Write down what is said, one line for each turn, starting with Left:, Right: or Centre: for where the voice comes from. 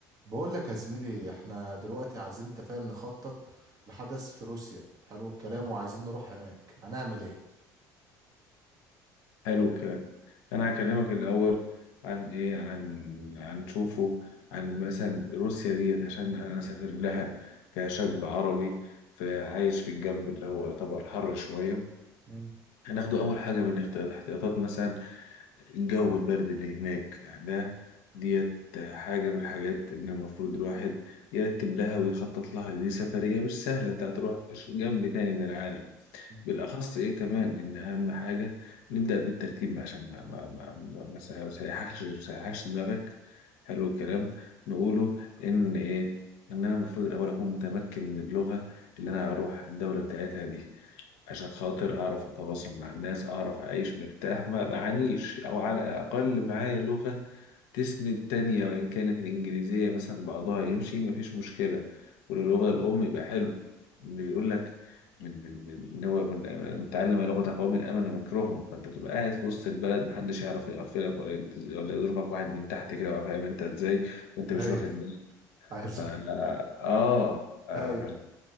Right: بقول لك يا زميلي احنا دلوقتي عايزين انت فاهم نخطط لحدث في روسيا حلو الكلام وعايزين نروح هناك هنعمل ايه
Left: حلو الكلام انا هكلمك الاول عن ايه عن عن تشوفه عن مثلا روسيا ديت عشان انا اسافر لها كشاب عربي فعايش في الجنب اللي هو يعتبر حر شويه
Right: مم.
Left: هناخده اول حاجه من الاحت- الاحتياطات مثلا الجو البرد اللي هناك يعني ده ديت حاجة من الحاجات إن المفروض الواحد يرتب لها ويخطط لها لأن دي سفرية مش سهلة أنت هتروح جنب تاني من العالم
Right: مم.
Left: بالاخص ايه كمان ان اهم حاجه نبدا بالترتيب عشان ما ما ما ما ما سا- ما سيحكش ما سيحكش دماغك حلو الكلام نقوله ان ايه ان انا المفروض الاول اكون متمكن من اللغه اللي انا هروح الدوله بتاعتها دي عشان خاطر أعرف أتواصل مع الناس أعرف أعيش مرتاح ما بعانيش أو على الأقل معايا لغة تسند تانية وإن كانت الإنجليزية مثلا بعضها يمشي مفيش مشكلة واللغة الأم يبقى حلو اللي بيقول لك من من من إن هو من من تعلم لغة قوم أمن مكرهم فأنت تبقى قاعد في وسط البلد محدش يعرف يغفلك ولا يد- ولا يضربك واحد من تحت كده ولا فاهم أنت إزاي وأنت
Right: ايوه
Left: مش واخد بالك
Right: عايز
Left: ف اه آه،
Right: ايوه